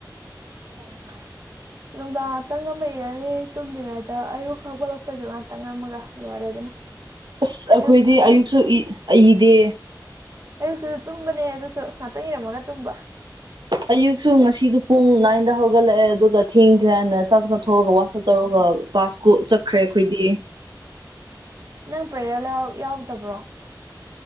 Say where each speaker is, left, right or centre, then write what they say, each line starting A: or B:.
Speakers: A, on the right; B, on the right.
A: <unintelligible> ꯅꯨꯡꯗꯥꯡ ꯉꯥꯛꯇꯪ ꯑꯃ ꯥꯏꯔꯅꯤ ꯇꯨꯝꯗ꯭ꯔꯤꯉꯩꯗ ꯑꯌꯨꯛ ꯍꯧꯒꯠꯂꯛꯄꯩꯗꯣ ꯉꯍꯥꯛꯇꯪ ꯑꯝꯃꯥꯒ ꯂꯣꯏꯔꯦ ꯑꯗꯨꯅ
B: ꯑꯁ ꯑꯩꯈꯣꯏꯗꯤ
A: ꯑꯌꯨꯛꯇꯨꯁꯨ
B: ꯑꯌꯨꯛꯁꯨ ꯏ ꯏꯗꯦ
A: ꯑꯌꯨꯛꯁꯨ ꯇꯨꯝꯕꯅꯦ ꯑꯗꯨꯁꯨ ꯉꯥꯛꯇꯪ ꯏꯔꯝꯃꯒ ꯇꯨꯝꯕ
B: ꯑꯌꯨꯛꯁꯨ ꯉꯁꯤꯗꯨ ꯄꯨꯡ ꯅꯥꯏꯟꯗ ꯍꯧꯒꯠꯂꯛꯑꯦ ꯑꯗꯨꯒ ꯊꯦꯡꯈ꯭ꯔꯦ ꯍꯥꯏꯅ ꯆꯥꯛ ꯆꯥ ꯊꯣꯛꯑꯒ ꯋꯥꯁꯥ ꯇꯧꯔꯒ ꯀ꯭ꯂꯥꯁ ꯀꯨ ꯆꯠꯈ꯭ꯔꯦ ꯑꯩꯈꯣꯏꯗꯤ
A: ꯅꯪ ꯄ꯭ꯔꯦꯌꯥꯔ ꯂꯥꯎ ꯌꯥꯎꯔꯗꯕ꯭ꯔꯣ